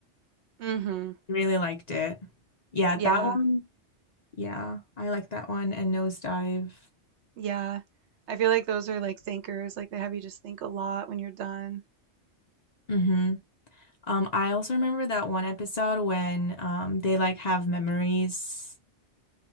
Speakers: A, on the right; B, on the left.
A: mhm.
B: Really liked it. Yeah,
A: Yeah,
B: that one. Yeah, I like that one and Nosedive.
A: yeah. I feel like those are, like, thinkers, like, they have you just think a lot when you're done.
B: hmm Um, I also remember that one episode when um they like have memories.